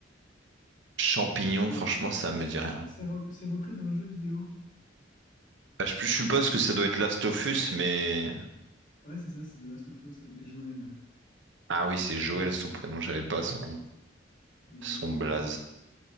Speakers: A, on the right; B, on the left.
A: champignon,
B: Et c'est
A: franchement, ça me
B: c'est
A: dit rien.
B: c'est re- c'est repris d'un jeu vidéo.
A: Bah, je, je suppose que ça doit être Last of Us, mais
B: Ouais, c'est ça, c'est The Last of Us avec Joel.
A: ah oui, c'est Joël son prénom, j'avais pas son
B: Exact,
A: son
B: exact.
A: blaze.